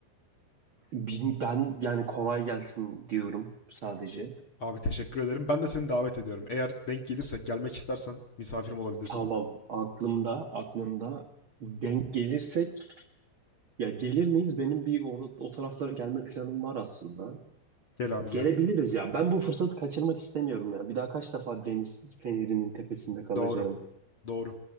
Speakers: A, on the right; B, on the left.
A: Bin- Ben yani kolay gelsin diyorum sadece.
B: Abi teşekkür ederim. Ben de seni davet ediyorum. Eğer denk gelirse, gelmek istersen misafirim olabilirsin.
A: Tamam aklımda aklımda denk gelirsek ya gelir miyiz? Benim bir o, o taraflara gelme planım var aslında.
B: Gel abi
A: Gelebiliriz
B: gel.
A: ya. Ben bu fırsatı kaçırmak istemiyorum ya. Bir daha kaç defa deniz fenerinin tepesinde kalacağım.
B: Doğru. Doğru.